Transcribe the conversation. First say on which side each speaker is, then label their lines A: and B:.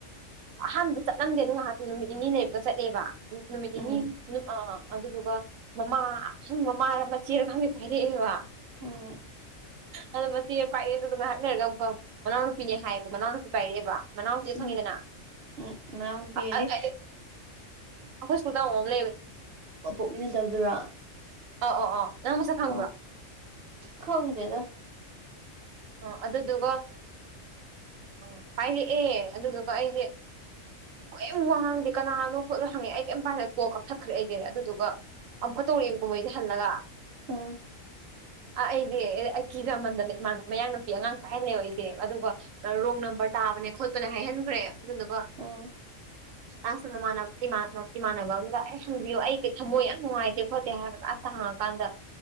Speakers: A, on the right; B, on the right.
A: ꯑꯍꯥꯟꯕꯗ ꯆꯠꯂꯝꯗꯦ ꯑꯗꯨꯗꯣ ꯉꯥꯏꯍꯥꯛꯇ ꯅꯨꯃꯤꯠ ꯅꯤꯅꯤ ꯂꯩꯔꯨꯒ ꯆꯠꯂꯦꯕ ꯅꯨꯃꯤꯠ
B: ꯎꯝ
A: ꯅꯤꯅꯤ ꯑꯥ ꯑꯗꯨꯗꯨꯒ ꯃꯃꯥ ꯈꯪ ꯃꯃꯥꯔ ꯃꯆꯦꯔ ꯈꯪꯗꯦ ꯐꯥꯏꯔꯛꯑꯦꯕ
B: ꯎꯝ
A: ꯑꯗꯣ ꯃꯆꯦ ꯄꯥꯏꯛꯑꯦ ꯑꯗꯨꯒ ꯍꯥꯏꯞꯅꯔꯒ ꯑꯃꯨꯛ ꯃꯅꯥꯎꯅꯨꯄꯤꯅꯦ ꯍꯥꯏꯌꯦꯕ ꯃꯅꯥꯎꯅ ꯅꯨꯄꯤ ꯄꯥꯏꯔꯛꯑꯦꯕ ꯃꯅꯥꯎꯁꯦ
B: ꯎꯝ
A: ꯐꯪꯉꯤꯗꯅ
B: ꯎꯝ ꯏꯅꯥꯎꯄꯤ ꯑꯗꯩ
A: ꯑꯩꯈꯣꯏ ꯁꯗꯥꯡ ꯑꯃ ꯂꯩꯕꯅꯦ
B: ꯄꯣꯛꯃꯤꯅꯗꯕꯗꯨꯔꯥ
A: ꯑꯧ ꯑꯧ ꯑꯧ ꯅꯪ ꯃꯁꯛ ꯈꯪꯕ꯭ꯔꯣ
B: ꯍ ꯈꯥꯎꯗꯦꯗ
A: ꯑꯣ ꯑꯗꯨꯗꯨꯒ ꯑ ꯍꯥꯏꯥꯏꯔꯛꯑꯦ ꯑꯗꯨꯗꯨꯒ ꯑꯩꯁꯦ ꯀ ꯋꯥꯉꯥꯡꯗꯦ ꯀꯅꯥꯒꯅꯣ ꯈꯣꯠꯂꯣ ꯍꯪꯉꯦ ꯑꯩ ꯀꯩꯝ ꯄꯥꯏꯅ ꯀꯣꯜ ꯀꯛꯊꯠꯈ꯭ꯔꯦ ꯑꯩꯁꯦ ꯑꯗꯨꯗꯨꯒ ꯑꯃꯨꯛꯀ ꯇꯧꯔꯦꯕꯀꯨꯝ ꯃꯩꯁꯦ ꯍꯜꯂꯒ
B: ꯑꯥ
A: ꯑ ꯏꯗꯤꯦ ꯀꯤꯖ ꯃꯟꯗꯅꯤ ꯃꯥ ꯃꯌꯥꯡ ꯅꯨꯄꯤ ꯑꯉꯥꯡ ꯄꯥꯏꯍꯜꯂꯦꯕ ꯑꯩꯁꯦ ꯑꯗꯨꯒ ꯔꯣꯡ ꯅꯝꯕꯔ ꯇꯥꯕꯅꯦ ꯈꯣꯠꯄꯅ ꯍꯥꯏꯍꯟꯈ꯭ꯔꯦ ꯑꯗꯨꯗꯨꯀꯣ
B: ꯎꯝ
A: ꯑꯁꯃꯥꯟ ꯏꯃꯥꯟꯅꯕ ꯑꯝꯒ ꯑꯩ ꯍꯪꯕꯤꯌꯨ ꯑꯩ ꯀꯩ ꯊꯃꯣꯏ ꯌꯥꯝ ꯅꯨꯡꯉꯥꯏꯇꯦ ꯈꯣꯠꯇꯦ ꯑ ꯀꯥꯟꯗ